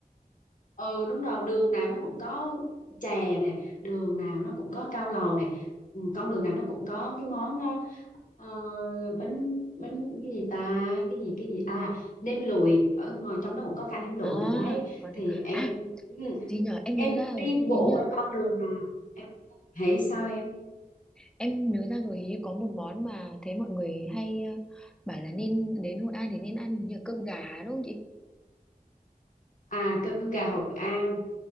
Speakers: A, on the left; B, in the centre.
A: Ừ đúng rồi, đường nào nó cũng có chè nè, đường nào nó cũng có cao lầu nè, ừ, con đường nào nó cũng có cái món ờ, ờ, bánh bánh cái gì ta, cái gì cái gì à, nem lụi ở ngoài trong nó cũng có cả nem lụi
B: à
A: nữa đấy.
B: còn
A: Thì em
B: à
A: ừ,
B: gì nhở em
A: em
B: nhớ ra rồi
A: đi
B: hình
A: bộ
B: như
A: qua con đường nào? Em hãy sao em?
B: em nhớ ra rồi hình như có một món mà thấy mọi người hay à, bảo là nên đến Hội An thì nên ăn hình như là cơm gà đúng không chị
A: À cơm gà Hội An.